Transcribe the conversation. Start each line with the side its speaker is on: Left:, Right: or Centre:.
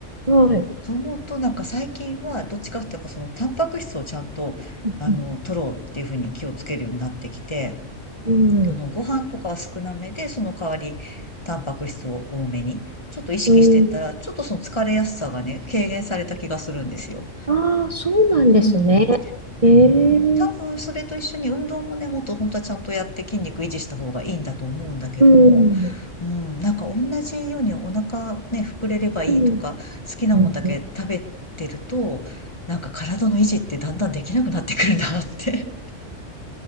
Right: はい。
Left: そう思うと、なんか最近は、どっちかっていうと、やっぱその、タンパク質をちゃんと、
Right: うん、
Left: あの、取ろうっていうふうに気をつけるようになってきて、
Right: うん、
Left: あの、ご飯とかは少なめで、その代わり、タンパク質を多めに、ちょっと意識していったら、
Right: うん。
Left: ちょっとその疲れやすさがね、軽減された気がするんですよ。
Right: ああー、そうなんですね。
Left: うん。
Right: ええうん、
Left: 多分、それと一緒に運動もね、もっと本当はちゃんとやって筋肉維持した方がいいんだと思うんだけども、
Right: うん、
Left: うん、なんか同じようにお腹ね、膨れればいいとか、
Right: うん。
Left: 好きなもんだけ食べてると、
Right: うんうん、
Left: なんか体の維持ってだんだんできなくなってくるなって